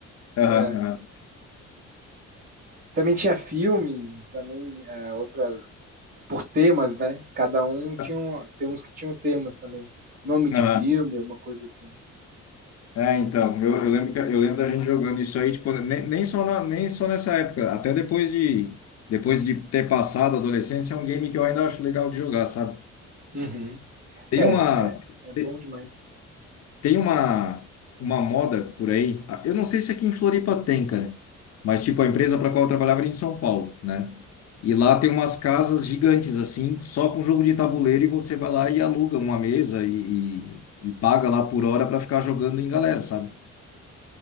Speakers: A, on the right (about 50°); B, on the left (about 55°).
A: né?
B: Aham,
A: Também tinha filmes, também é, outras, por temas, né? Cada um tinha,
B: aham.
A: um- tem uns que tinham temas também. Nome de
B: Aham.
A: filme, alguma coisa assim.
B: É, então, eu, eu lembro que, eu lembro da gente jogando isso aí, tipo, nem, nem só na- nem só nessa época, até depois de depois de ter passado a adolescência, é um game que eu ainda acho legal de jogar, sabe?
A: Uhum.
B: Tem
A: É,
B: uma
A: é, é bom
B: te-
A: demais.
B: tem uma uma moda por aí. ah, Eu não sei se aqui em Floripa tem, cara, mas tipo a empresa para qual eu trabalhava era em São Paulo, né? E lá tem umas casas gigantes assim, só com jogo de tabuleiro e você vai lá e aluga uma mesa e, e, e paga lá por hora para ficar jogando em galera, sabe?